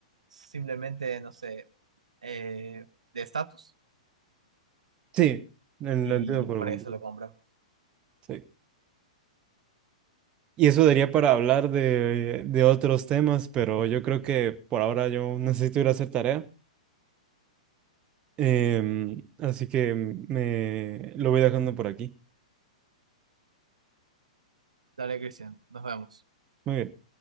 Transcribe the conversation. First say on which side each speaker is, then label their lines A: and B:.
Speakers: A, on the right; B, on the right.
A: simplemente, no sé, eh, de estatus
B: Sí, en-
A: y
B: lo entiendo por
A: por
B: completo.
A: eso lo compran.
B: Sí. Y eso daría para hablar de, de otros temas, pero yo creo que por ahora yo necesito ir a hacer tarea. Em, así que me lo voy dejando por aquí.
A: Dale, Cristian, nos vemos.
B: Muy bien.